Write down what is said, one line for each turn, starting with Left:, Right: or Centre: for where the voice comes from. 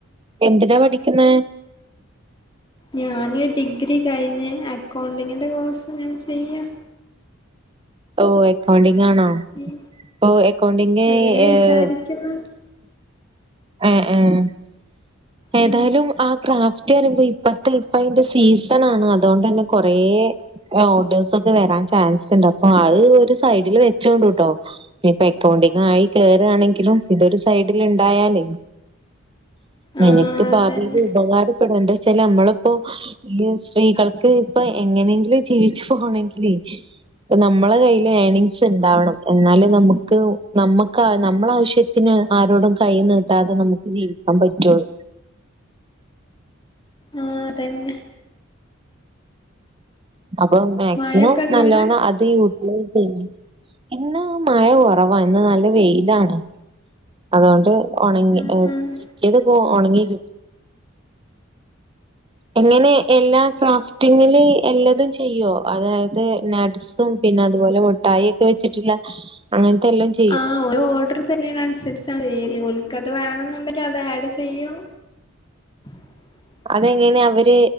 Right: എന്തിനാ പഠിക്കുന്നേ
Left: ഞാന് ഡിഗ്രി കഴിഞ്ഞ് അക്കൗണ്ടിങ്ങിന്റെ കോഴ്സ് ഇങ്ങനെ ചെയ്യ
Right: ഓ അക്കൗണ്ടിങ് ആണോ
Left: ഉം
Right: ഇപ്പൊ അക്കൗണ്ടിങ്
Left: അങ്ങനെ വിചാരിക്കുന്നു
Right: ഏഹ് ഉം ഉം ഏതായാലും
Left: ഉം
Right: ആഹ് ക്രാഫ് റ്റ് പറയുമ്പോ ഇപ്പത്തെ ഇപ്പ അയിന്റെ സീസണാണ് അതോണ്ടന്നെ കൊറേ ഓർഡേഴ്സ് ഒക്കെ വരാൻ ചാൻസ് ഉണ്ട് അപ്പൊ അഹ് ഒരു സൈഡില് വെച്ചോണ്ട് ട്ടോ ഞ്ഞ് ഇപ്പം എക്കൗണ്ടിങ്ങ് ആയി കേറാണെങ്കിലും ഇതൊരു സൈഡില് ണ്ടായാലേ നിനക്ക്
Left: ആഹ് അതന്നെ
Right: ഭാവിയില് ഉപകാരപ്പെടും എന്താ വെച്ചാല് നമ്മള് പ്പം സ്ത്രീകൾക്ക് ഇപ്പൊ എങ്ങനെങ്കിലും ജീവിച്ചു പോണെങ്കില് നമ്മള കയ്യില് ഏണിംസ് ഉണ്ടാവണം എന്നാലേ നമുക്ക് നമ്മുക്ക് നമ്മള ആവശ്യ ത്തിന് ആരോടും കൈ നീട്ടാതെ നമുക്ക് ജീവിക്കാൻ പറ്റുള്ളൂ
Left: ആഹ് അതന്നെ
Right: അപ്പം മാക്സിമം
Left: മഴൊക്കെ ഇണ്ടോ
Right: നല്ലോണം
Left: അവിടെ
Right: അ ത് യൂ ട്ട് <unintelligible> ഇന്ന് മഴ കുറവാ ഇന്ന് നല്ല വെയിലാണ് അതുകൊണ്ട് ഉണങ്ങി
Left: ആഹ് ആഹ്
Right: ചിക്കിയത് പോ ഒണങ്ങി കി എങ്ങനെ എല്ലാ ക്രാഫ്റ്റിങ്ങില് എല്ലതും ചെയ്യോ അതായത് ന സും പിന്നെ അതുപോലെ മുട്ടായി ഒക്കെ വെച്ചിട്ട്‌ ള്ളെ അങ്ങന് ത്തെ എല്ലോം ചെ
Left: ആഹ് ഒര് ഓർഡർ തര്ണേന് നുസരിച്ചാണ് ചെയ്യല് ഓൽ കൽക്കത് വേണെന്നുണ്ടെങ്കിൽ അത് ആഡ് ചെയും ബിന്ന
Right: അതെങ്ങനെ അവര്